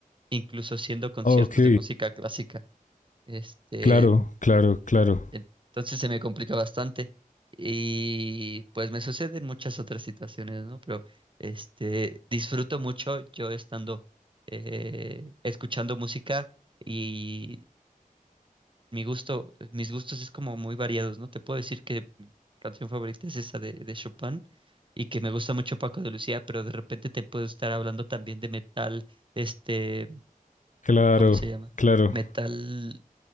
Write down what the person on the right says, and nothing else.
incluso siendo conciertos
de música clásica. Este,
entonces se me complica bastante. Y pues me suceden muchas otras situaciones, ¿no? Pero este disfruto mucho yo estando eh, escuchando música y mi gusto, mis gustos es como muy variados, ¿no? Te puedo decir que mi canción favorita es esa de, de Chopin y que me gusta mucho Paco de Lucía, pero de repente te puedo estar hablando también de metal, este,
¿cómo se llama?
Metal